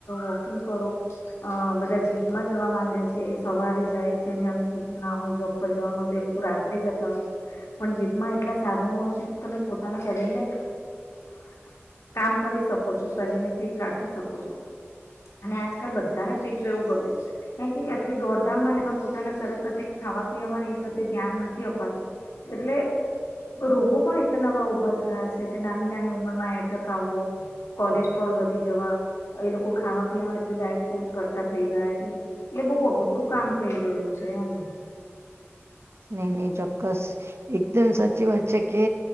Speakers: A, on the left; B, on the right.
A: વોકિંગ કરો બધા જીમમાં જવા માંડ્યા છે, સવારે જાય જેને અનુ હોય જોબ પર જવાનું હોય તો એ લોકો રાત્રે જ. <unintelligible> પણ જીભમાં એટલા સાધનો હોય છે, કે તમે પોતાના શરીરને. કામ કરી શકો છો શરીર ને ફિટ રાખી શકો છો. અને આજકાલ બધાને ફિટ રહેવું ગમે છે, કારણ કે આટલી દોડધામ એમાં પોતાના ત સાથે. ખાવા પીવા એ પ્રત્યે ધ્યાન નથી અપાતું એટલે. રોગો પણ એટલા નવા ઉભા થયા છે, કે નાની નાની ઉંમર માં એટેક આવવો કોલેસ્ટ્રોલ. વધી જવા. એ લોકો ખાવા પીવામાં એટલ ડાયટ ફોર્સ કરતા થઇ ગયા છે એટલે બઉુ અઘરું કામ થઈ ગયું છે એમ
B: નહી નહી ચોક્કસ એકદમ સાચી વાત છે કે